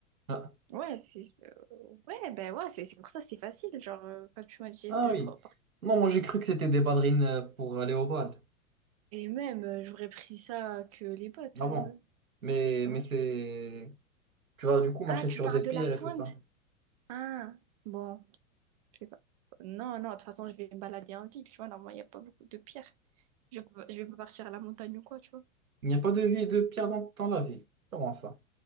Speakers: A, on the right; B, on the right.
A: Ah,
B: Ouais, c'est... euh, Ouais, ben ouais, c'est c'est pour ça c'est facile. Genre, euh, quand tu m'as dit
A: Ah
B: est-ce que je
A: oui.
B: prends...
A: Non, moi, j'ai cru que c'était des ballerines euh, pour aller au bal.
B: Et même, euh, j'aurais pris ça que les bottes.
A: Ah
B: euh,
A: bon. Mais,
B: ouais.
A: mais c'est. Tu vas du coup marcher
B: Ah, tu
A: sur
B: parles
A: des pierres
B: de la pointe?
A: et tout ça.
B: Ah, bon, je sais pas. Non, non, de toute façon, je vais me balader en ville, tu vois. Normalement, il n'y a pas beaucoup de pierres. Je, vais pas- je vais pas partir à la montagne ou quoi, tu vois.
A: Il n'y a pas de vie de pierre dans, dans la ville. Comment ça?